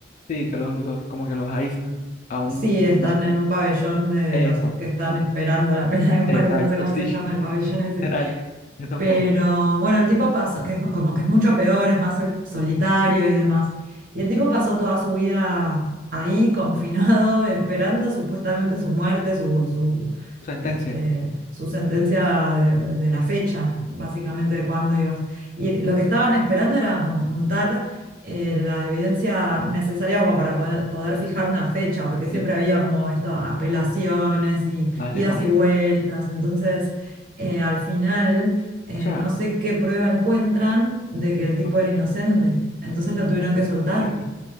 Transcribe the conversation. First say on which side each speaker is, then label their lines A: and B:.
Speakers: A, on the left; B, on the right.
A: Sí, que los, los como que los aíslan a un,
B: Sí,
A: digamos,
B: están en
A: a un-
B: un pabellón de
A: eso.
B: los que están esperando la pena de muerte,
A: Exacto,
B: no sé cómo
A: sí,
B: se
A: <laughs>
B: llama el pabellón ese.
A: literal. Yo tampoco.
B: Pero bueno, el tipo pasó, que es como que es mucho peor, es más sol- solitario y demás. Y el tipo pasó toda su vida ahí, confinado, <laughs> esperando supuestamente su muerte, su, su,
A: Tu sentencia.
B: este, su sentencia de, de- de la fecha, básicamente de cuándo ibas. Y lo que estaban esperando era como juntar eh, la evidencia necesaria como para poder, poder fijar una fecha, porque
A: Sí,
B: siempre había como esto, apelaciones y
A: vale,
B: idas
A: vale.
B: y vueltas. Entonces eh, al final eh,
A: O sea,
B: no sé qué prueba encuentran de que el tipo
A: ok.
B: era inocente. Entonces lo tuvieron que soltar.
A: ey,